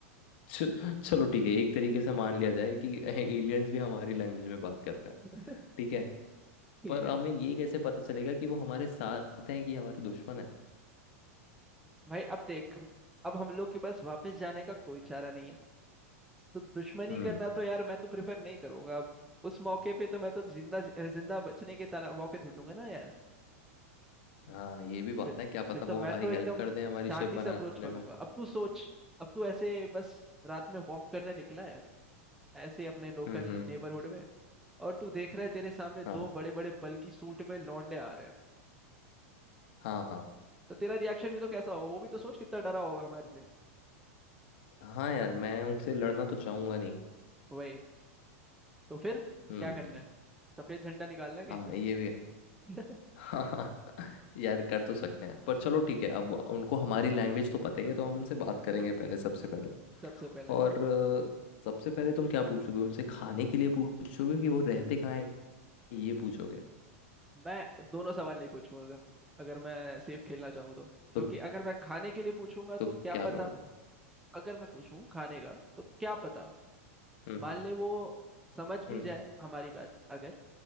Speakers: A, on the left; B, in the centre.
A: <laughs> च- चलो ठीक है एक तरीके से मान लिया जाए कि <laughs> एलियंस भी हमारी लैंग्वेज में बात करते हैं
B: बोलते,
A: ठीक है
B: ठीक
A: पर
B: है
A: हमें ये कैसे पता चलेगा कि वो हमारे साथ हैं कि हमारे दुश्मन
B: भाई अब देख अब हम लोग के पास वापस जाने का कोई चारा नहीं है तो दुश्मनी
A: हम्म
B: करना तो यार मैं तो प्रेफर नहीं करूंगा अब उस मौके पे तो मैं तो जिंदा जिंदा बचने के ताला मौके ढूंढूंगा ना यार
A: हाँ ये भी बात
B: फिर
A: है क्या पता
B: फिर तो
A: वो
B: मैं
A: हमारी
B: तो
A: हेल्प
B: एकदम
A: कर दें हमारी
B: शांति
A: शिप बनाने
B: से अप्रोच करूंगा
A: में
B: अब तू सोच अब तू ऐसे बस रात में वॉक करने निकला है ऐसे ही अपने लोकल
A: हम्म हम्म
B: नेबरहुड में और तू देख रहा है तेरे सामने
A: हाँ
B: दो बड़े बड़े बल्कि सूट में लौंडे आ रहे हैं
A: हाँ हाँ
B: तो तेरा रिएक्शन भी तो कैसा होगा वो भी तो सोच कितना डरा होगा हमारे लिए
A: हाँ यार मैं उनसे लड़ना तो चाहूंगा नहीं
B: वही तो फिर
A: हम्म
B: क्या करना है सफेद झंडा निकालना है कहीं
A: हाँ
B: से
A: ये भी है
B: <laughs>
A: <laughs> हाँ हाँ यार कर तो सकते हैं पर चलो ठीक है अब उनको हमारी लैंग्वेज तो पता ही है तो हम उनसे बात करेंगे पहले सबसे पहले
B: सबसे पहले
A: और अ, सबसे पहले तुम क्या पूछोगे उनसे खाने के लिए पूछोगे कि वो रहते कहाँ हैं ये पूछोगे
B: मैं दोनों सवाल नहीं पूछूंगा अगर मैं सेफ खेलना चाहूँ तो क्योंकि
A: तो
B: अगर मैं खाने के लिए पूछूंगा तो
A: तो
B: क्या
A: क्या
B: पता
A: करो
B: अगर मैं पूछूं खाने का तो क्या पता
A: हम्म
B: मान
A: हम्म
B: ले वो समझ भी
A: हम्म
B: जाए हमारी बात अगर